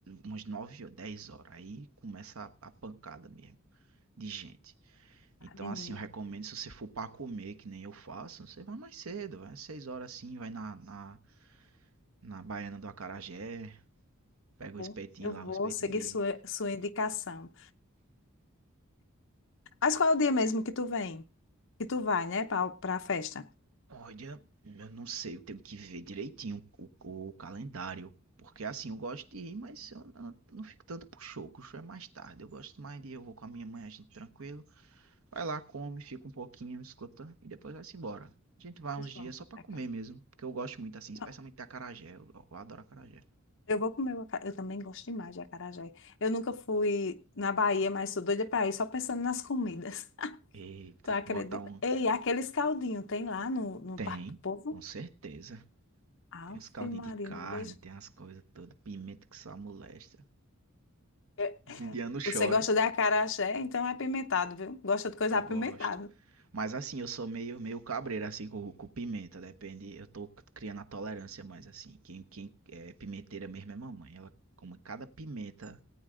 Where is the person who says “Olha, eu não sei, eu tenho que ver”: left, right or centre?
Right